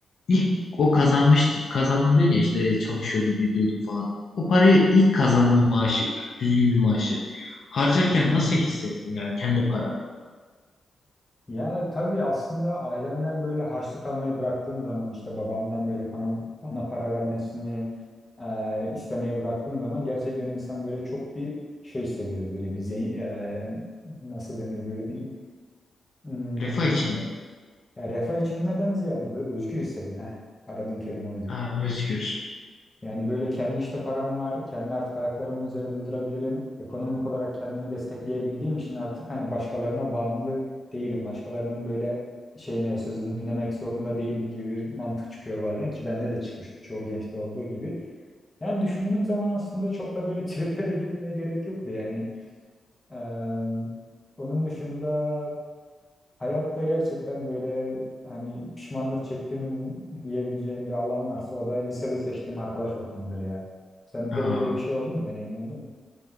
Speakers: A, on the left (about 55°); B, on the left (about 15°).
A: İlk o kazanmıştı, kazandı dedin ya işte çalışıyordum ediyordum falan. O parayı ilk kazandığın maaşı, yani düzgün bir maaşı harcarken nasıl hissettin yani kendi paranı?
B: ya tabii aslında ailemden böyle harçlık almayı bıraktığım zaman işte babamdan böyle bana, bana para vermesini e, istemeyi bıraktığım zaman gerçekten insan böyle çok bir şey hissediyor. Böyle bir zey- e, nasıl denir böyle bir hmm,
A: Refah içinde.
B: Yani refah içinden ziyade böyle özgür hissediyor. Heh, aradığım kelime oydu.
A: Ha, özgür.
B: Yani böyle kendi işte param var. Kendi artık ayaklarımın üzerinde durabilirim. Ekonomik olarak kendimi destekleyebildiğim için artık hani başkalarına bağımlı değilim. Başkalarının böyle şeyine sözünü dinlemek zorunda değilim gibi bir mantık çıkıyor bazen ki bende de çıkmıştı çoğu gençte olduğu gibi. Yani düşündüğüm zaman aslında çok da böyle triplere girmeye gerek yoktu yani. Eee, onun dışında Hayatta gerçekten böyle hani pişmanlık çektim diyebileceğim bir alan varsa o da lisede seçtiğim arkadaş ortamıdır ya. Sende
A: Ha.
B: de böyle bir şey oldu mu? Deneyim oldu mu?